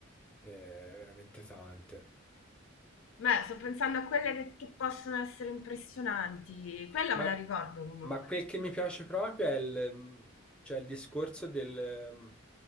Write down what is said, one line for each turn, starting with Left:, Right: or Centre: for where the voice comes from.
Centre: Eh, veramente tante.
Left: Beh, sto pensando a quelle che, che possono essere impressionanti. Quella
Centre: Ma,
Left: me la ricordo comunque.
Centre: ma quel che mi piace proprio è il, cioè il discorso del,